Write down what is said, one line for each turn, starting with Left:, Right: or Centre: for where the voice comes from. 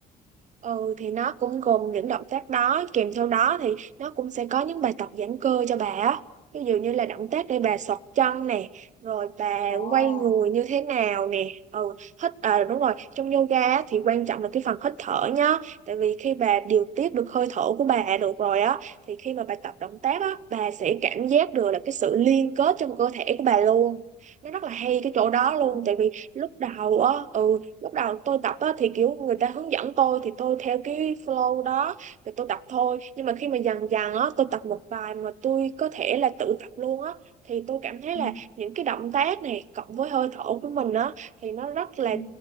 Right: Ừ thì nó cũng gồm những động tác đó kèm theo đó thì nó cũng sẽ có những bài tập giãn cơ cho bà á ví dụ như là động tác để bà xọt chân nè rồi bà
Left: Ồ.
Right: quay người như thế nào nè ừ hít à đúng rồi trong yoga á, thì quan trọng là cái phần hít thở nhá tại vì khi bà điều
Left: Ừ.
Right: tiết được hơi thở của bà được rồi á thì khi mà bà tập động tác á bà sẽ cảm giác được là cái sự liên kết trong cơ thể của bà luôn nó rất là hay cái chỗ đó
Left: Ồ.
Right: luôn tại vì lúc đầu á ừ lúc đầu tôi tập á, thì kiểu người ta hướng dẫn tôi thì tôi theo cái flow đó thì tôi tập thôi nhưng mà khi mà dần dần á tôi tập một bài mà tôi có thể là tự tập luôn á thì tôi cảm thấy
Left: Ừ.
Right: là những cái động tác này cộng với hơi thở của mình á thì nó rất là
Left: Ừ,